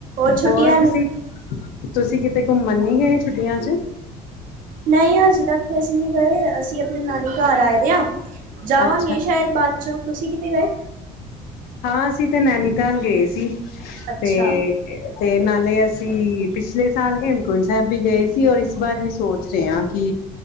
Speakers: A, on the right (about 60°); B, on the left (about 75°).
A: ਛੁੱਟੀਆਂ
B: ਹੋਰ ਤੁਸੀਂ
A: ਨੇ
B: ਤੁਸੀਂ ਕਿਤੇ ਘੁੰਮਨ ਨੀ ਗਏ ਛੁੱਟੀਆਂ ਚ
A: ਨਹੀਂ ਹਜੇ ਤੱਕ ਤੇ ਅਸੀਂ ਨਹੀਂ ਗਏ ਅਸੀਂ ਆਪਣੇ ਨਾਨੀ ਘਰ ਆਏ ਵੇ ਆਂ ਜਾਵਾਂਗੇ
B: ਅੱਛਾ
A: ਸ਼ਾਇਦ ਬਾਅਦ ਚ ਤੁਸੀਂ ਕਿਤੇ ਗਏ
B: ਹਾਂ ਅਸੀਂ ਤੇ ਨੈਨੀਤਾਲ ਗਏ ਸੀ
A: ਅੱਛਾ
B: ਤੇ ਤੇ ਨਾਲੇ ਅਸੀਂ ਪਿਛਲੇ ਸਾਲ ਹੇਮਕੁੰਟ ਸਾਹਿਬ ਵੀ ਗਏ ਸੀ ਔਰ ਇਸ ਬਾਰ ਵੀ ਸੋਚ ਰੇ ਆਂ ਕੀ